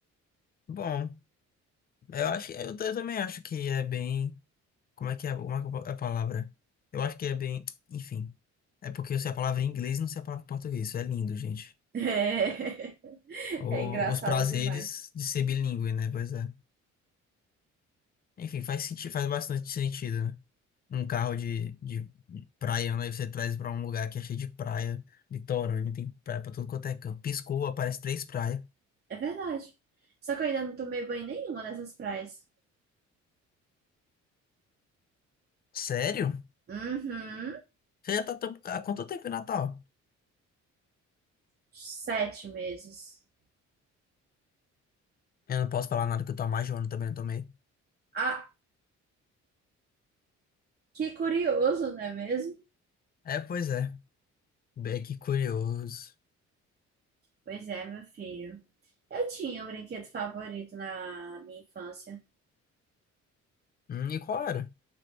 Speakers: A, on the left; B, on the right.
A: Bom, eu acho que eu, ta- eu também acho que é bem. Como é que é, como é que é a palavra? Eu acho que é bem. Enfim. É porque eu sei a palavra em inglês e não sei a palavra em português. Isso é lindo, gente.
B: <laughs> É,
A: O-
B: é engraçada
A: os prazeres
B: demais.
A: de ser bilíngue, né? Pois é. Enfim, faz sentido, faz bastante sentido, né? Um carro de, de de praia, né? Aí Você traz pra um lugar que é cheio de praia, litorâneo, tem praia pra tudo quanto é canto. Piscou, aparece três praias.
B: É verdade. Só que eu ainda não tomei banho em nenhuma dessas praias.
A: Sério?
B: Uhum.
A: Você já tá tam- há quanto tempo em Natal?
B: Sete meses.
A: Eu não posso falar nada que eu tô há mais de um ano também, não tomei.
B: Ah, que curioso, não é mesmo?
A: É, pois é. Bem que curioso.
B: Pois é, meu filho. Eu tinha um brinquedo favorito na minha infância.
A: Hum, e qual era?